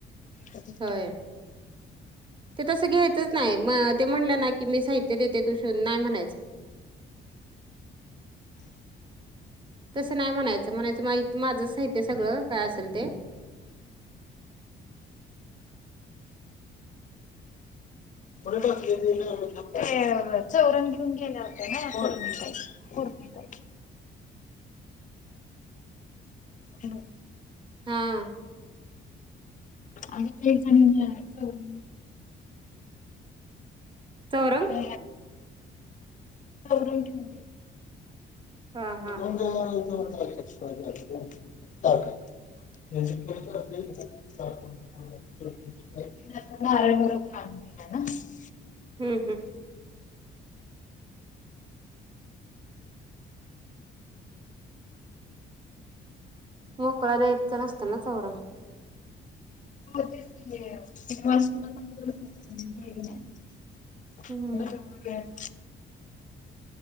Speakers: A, on the left; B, on the right.
A: ते
B: होय. ते तसं घ्यायचंच नाही म ते म्हणलं ना की मी साहित्य देते तु शीव नाही म्हणायचं. तसं नाही म्हणायचं म्हणायचं माय माझं साहित्य सगळं काय असेल ते.
A: ते चौरंग घेऊन गेल्या ना <unintelligible> ताई. कोरणी ताई न <unintelligible>
B: हा.
A: आम्ही तेईस जणीनी याच्यावरून
B: चौरंग
A: <unintelligible> त्यावरुन ठेवून घे.
B: हा
A: <unintelligible>
B: हा
A: ज <unintelligible> तता आरम बरोबर आण त ना <unintelligible>
B: हम्म हम्म. मोकळा द्यायचं नसतं ना चौरंग.
A: <unintelligible> <inaudible>
B: हम्म